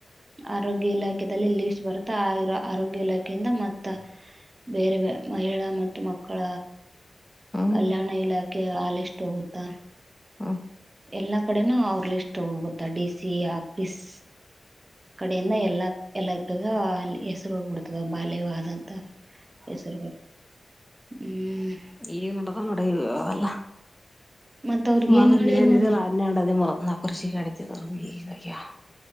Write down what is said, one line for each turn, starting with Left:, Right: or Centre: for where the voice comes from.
Right: ಆರೋಗ್ಯ ಇಲಾಖೆದಲ್ಲಿ ಲಿಸ್ಟ್ ಬರುತ್ತಾ ಆ ಇರೋ ಆರೋಗ್ಯ ಇಲಾಖೆಯಿಂದ ಮತ್ತ ಬೇರೆ ಬ ಮಹಿಳಾ ಮತ್ತು ಮಕ್ಕಳ
Centre: ಹ್ಮ್
Right: ಕಲ್ಯಾಣ ಇಲಾಖೆ ಹಾಲ್ ಲಿಷ್ಟ್ ಹೋಗುತ್ತಾ.
Centre: ಹ್ಮ್
Right: ಎಲ್ಲಾ ಕಡೆನೂ ಅವ್ರ ಲಿಸ್ಟ್ ಹೋಗುತ್ತ ಡಿ ಸಿ ಆಫೀಸ್. ಕಡೆಯಿಂದ ಎಲ್ಲ ಎಲ್ಲಕ್ಕಗ ಅ ಹೆಸರು ಹೋಗ್ಬಿಡ್ತದ ಬಾಲ್ಯವಿವಾಹದಂತ. ಹೆಸರು ಬ ಹ್ಮ್.
Centre: ಈಗ್ ನಡದವ್ ನೋಡ ಅವೆಲ್ಲ
Right: ಮತ್ತು ಅವ್ರಿಗೆ
Centre: ಮದಲ್
Right: ಏನು ಮಾಡಿದ್ರು
Centre: ಏನ್
Right: ಮ್ಯಾಮ್
Centre: ಇದ್ಯಲ್ಲ ಹನ್ನೆರಡು ಹಾದಿಮುರು. ನ ಕುರಿಶಿ ಕಡತಿ <unintelligible>